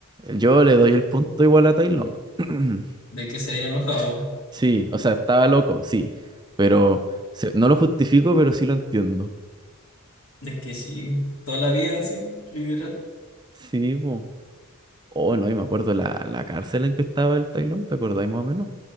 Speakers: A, on the right; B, on the left.
A: yo le doy el punto igual a Tai Lung. <clears throat>
B: de que se haya enojado.
A: Sí, o sea, estaba loco, sí, pero se- no lo justifico, pero sí lo entiendo.
B: Es que sí, toda la vida así, literal.
A: Sí, pues. Oh, no, y me acuerdo la, la cárcel en que estaba el Tai Lung, ¿te acordáis más o menos?